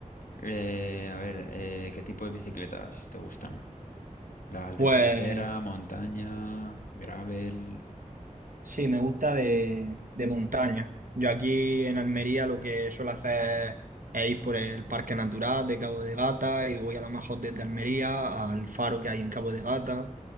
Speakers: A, on the left (about 85°); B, on the right (about 80°).
A: Eh, a ver, eh, ¿qué tipo de bicicletas te gustan? ¿Las
B: Pues
A: de carretera, montaña, gravel?
B: Sí, me gusta de, de montaña. Yo aquí en Almería lo que suelo hacer es ir por el Parque Natural de Cabo de Gata y voy a lo mejor desde Almería al faro que hay en Cabo de Gata,